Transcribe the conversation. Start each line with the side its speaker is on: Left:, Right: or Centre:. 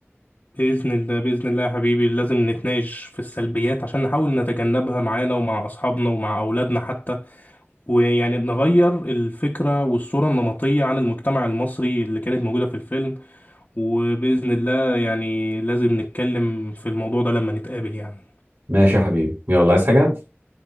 Left: بإذن الله بإذن الله يا حبيبي لازم نتناقش في السلبيات عشان نحاول نتجنبها معانا ومع أصحابنا ومع أولادنا حتى ويعني نغير الفكرة والصورة النمطية عن المجتمع المصري اللي كانت موجودة في الفيلم وبإذن الله يعني لازم نتكلم في الموضوع ده لما نتقابل يعني
Right: ماشي يا حبيبي يلا عايز حاجه